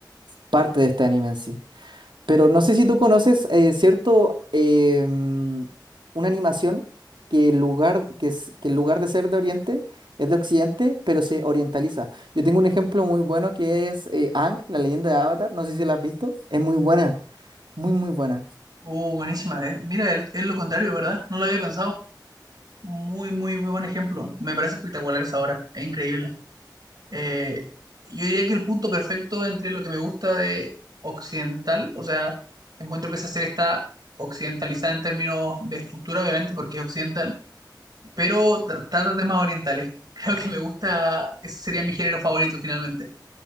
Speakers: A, on the right; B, on the right.
A: parte de este anime en sí. Pero no sé si tú conoces, eh, ¿cierto? eh, mm, una animación que en lugar, que, es- que en lugar de ser de Oriente, es de Occidente, pero se orientaliza. Yo tengo un ejemplo muy bueno que es eh, Aang, la leyenda de Avatar. No sé si la has visto. Es muy buena, muy, muy buena.
B: Uh, buenísima. eh. Mira, es, es lo contrario, ¿verdad? No lo había pensado. Muy, muy, muy buen ejemplo. Me parece espectacular esa obra. Es increíble. Eh, yo diría que el punto perfecto entre lo que me gusta de occidental, o sea, encuentro que esa serie está occidentalizada en términos de estructura, obviamente, porque es occidental pero tr- trata temas orientales. <laughs> Creo que me gusta, ese sería mi género favorito finalmente.